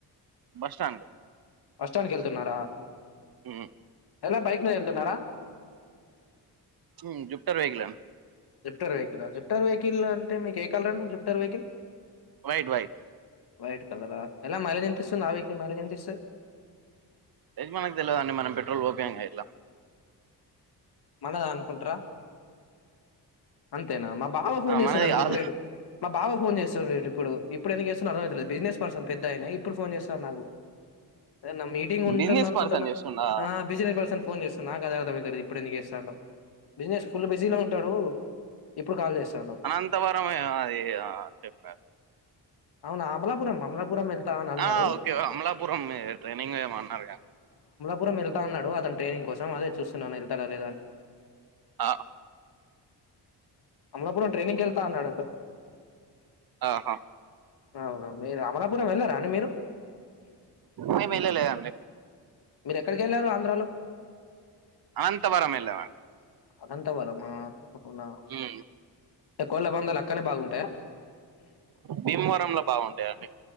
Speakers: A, on the right (about 60°); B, on the left (about 65°).
A: బస్ స్టాండ్ కూ
B: బస్టాండ్కి వెళ్తున్నారా
A: హ
B: ఎలా బైక్ లో వెళ్తున్నార
A: ఊ జుప్టర్ వెహికల్ ఆ
B: జిప్టార్ వెహికల్ జిప్టార్ వెహికల్ అంటే మీకు ఏ కలరాండి జుప్టార్ వెహికల్
A: వయిట్ వయిట్
B: వైట్ కలరా ఎలా మైలేజ్ ఎంత ఇస్తుంది ఆ వెహికల్ మైలేజ్ ఎంత ఇస్తుంది
A: ఏది మనకు తెలవదండి మనం పెట్రోల్ పోపియంగా ఇట్లా
B: మనదా అనుకుంట్రా అంతేనా మ బావ ఫోన్
A: ఆ!
B: చేస్తా
A: మనది
B: దానికి
A: కాదు.
B: ఇప్పుడేడు మా బావ ఫోన్ చేస్ ఇప్పుడు ఇప్పుడు ఎందుకు చేస్తున్నాడో అర్థమవుతలేదు బిజినెస్ పర్సన్ పెద్దాయన ఇప్పుడు ఫోన్ చేస్తారు నాకు ఏదైనా మీటింగ్ ఉంటుంది
A: బిజినెస్
B: అనుకుంటాన్నా
A: పర్సన్ చేస్తుండా?
B: ఆ బిజినెస్ పర్సన్ ఫోన్ చేస్తున్నా నాకు అదే అర్థమైతది ఇప్పుడు ఎందుకు చేస్తాండో బిజినెస్ ఫుల్ బిజీలో ఉంటాడు ఇప్పుడు కాల్ చేస్తాండు
A: అనంతవరం అయ్య అది చెప్పారు
B: అవునా అమలాపురం అమలాపురం వెళ్తా అని అన్నాడు
A: ఆ ఓకే అమలాపురం ఏదో ట్రెనింగ్ ఏమో అన్నారు గా
B: పురం వెళ్తా అన్నాడు వద్దంటే కోసం అదే చూ <unintelligible> వత్తారా లేదా అని
A: ఆ
B: అమలాపురం ట్రైనింగ్ కి వెళ్తా అన్నాడు అతను
A: ఆహా
B: అవునా మీరు అమలాపురం వెళ్లారా అండి మీరు
A: మేము వెళ్ళలేదండి
B: మీరు ఎక్కడికి వెళ్ళారు ఆంధ్రాలో
A: అనంతవరం వెళ్ళెవండి
B: అనంతవరమా అవునా
A: ఉమ్
B: కోళ్ళ పందాలు అక్కనే బాగుంటాయా
A: భీమవరంలో బాగుంటాయండి